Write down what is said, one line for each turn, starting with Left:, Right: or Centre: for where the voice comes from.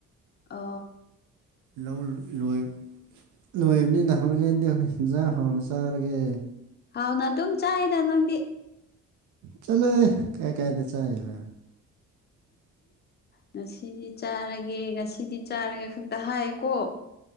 Left: ꯑ
Right: ꯂꯧ ꯂꯣꯏ ꯂꯣꯏꯕꯅꯤꯅ ꯅꯍꯔꯔꯦꯟꯗꯤ ꯑꯩꯈꯣꯏ ꯍꯦꯟꯖꯥꯡ ꯍꯥꯎꯅ ꯆꯥꯔꯒꯦ
Left: ꯍꯥꯎꯅ ꯑꯗꯨꯝ ꯆꯥꯏꯗ ꯅꯪꯗꯤ
Right: ꯆꯂꯣ ꯀꯌꯥ ꯀꯗ ꯆꯏꯕ
Left: ꯉꯁꯤꯗꯤ ꯆꯥꯔꯒꯦ ꯉꯁꯤꯗꯤ ꯆꯥꯔꯒꯦ ꯈꯛꯇ ꯍꯥꯏꯌꯦꯀꯣ